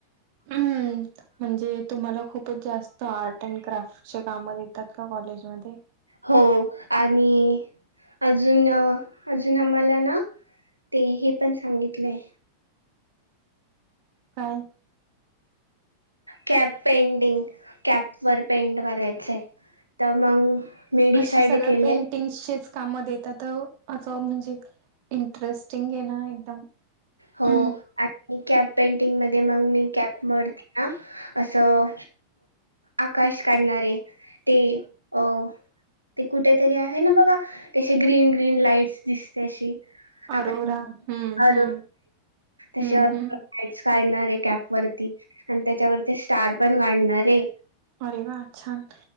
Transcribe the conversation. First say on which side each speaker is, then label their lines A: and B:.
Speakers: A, on the right (about 45°); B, on the right (about 85°).
A: हं म्हणजे तुम्हाला खूप खूपच जास्त आर्ट अँड क्राफ्ट ची काम देतात का कॉलेजमध्ये?
B: हो आणि अजून अजून आम्हाला ना ते हे पण सांगितलंय
A: काय?
B: कॅप पेंटिंग, कॅप वर पेंट करायचं आहे. तर मग मी डिसाईड
A: अशे सगळ्या
B: केलंय
A: पेंटिंगचेच काम देतात असं म्हणजे इंटरेस्टिंग आहे ना एकदम.
B: हो
A: हम्म
B: आणि कॅप पेंटिंग मध्ये मग मी कॅपवरती ना असं आकाश काढणारे, ते अ ते कुठ तरी आहे ना बघा, ती अशी ग्रीन ग्रीन लाईट्स दिसते अशी. आका
A: अरोरा
B: त्या
A: हम्म हम्म हम्म
B: अशा लाईट्स
A: हम्म
B: काढणार आहे कॅप वरती आणि त्याच्यावरती स्टार पण काढणारे.
A: अरे वा, छान.